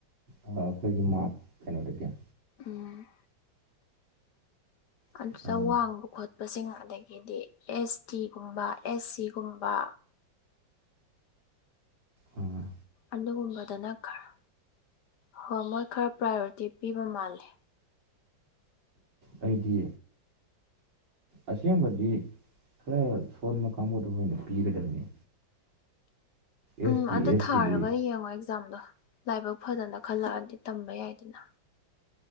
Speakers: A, on the right; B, on the left.
A: ꯑꯩꯈꯣꯏꯒꯤ ꯃꯥꯛ ꯀꯩꯅꯣꯗꯒꯤ
B: ꯎꯝ ꯑꯗꯨꯗ
A: ꯑ
B: ꯋꯥꯡꯕ ꯈꯣꯠꯄꯁꯤꯡ ꯑꯗꯩꯒꯤꯗꯤ ꯑꯦꯁ ꯇꯤ ꯒꯨꯝꯕ ꯑꯦꯁ ꯁꯤ ꯒꯨꯝꯕ
A: ꯎꯝ
B: ꯑꯗꯨꯒꯨꯝꯕꯗꯅ ꯈꯔ ꯍꯣꯏ ꯃꯣꯏ ꯈꯔ ꯄ꯭ꯔꯥꯏꯌꯣꯔꯤꯇꯤ ꯄꯤꯕ ꯃꯥꯜꯂꯦ
A: ꯑꯩꯗꯤ ꯑꯁꯦꯡꯕꯗꯤ ꯈꯔ ꯁꯣꯟꯕ ꯀꯥꯡꯕꯨꯗꯣ ꯑꯣꯢꯅ ꯄꯤꯒꯗꯕꯅꯤ ꯑꯦꯁ
B: ꯎꯝ
A: ꯗꯤ
B: ꯑꯗꯨ
A: ꯑꯦꯁ
B: ꯊꯥꯔꯒ
A: ꯁꯤꯗꯤ
B: ꯌꯦꯡꯉꯣ ꯑꯦꯛꯖꯥꯝꯗꯣ ꯂꯥꯏꯕꯛ ꯐꯗꯅ ꯈꯜꯂꯛꯑꯗꯤ ꯇꯝꯕ ꯌꯥꯏꯗꯅ